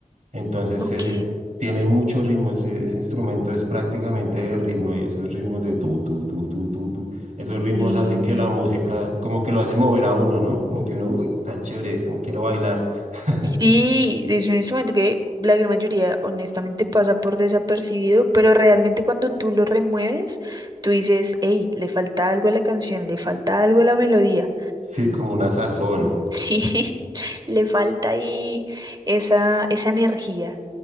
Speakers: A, on the right (about 60°); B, on the right (about 30°).
A: Entonces,
B: Ok.
A: ese tiene mucho ritmo, ese, ese instrumento es prácticamente de ritmo y esos ritmos de tu, tu, tu, tu, tu, tu, esos ritmos
B: Y
A: hacen que la música, como que lo hacen mover a uno, ¿no? Como que uno, uy, tan chévere, como quiero bailar. <laughs>
B: sí, es un instrumento que la gran mayoría honestamente pasa por desapercibido, pero realmente cuando tú lo remueves, tú dices, hey, le falta algo a la canción, le falta algo a la melodía.
A: Sí, como una sazón.
B: Sí, <laughs> le falta ahí esa, esa energía.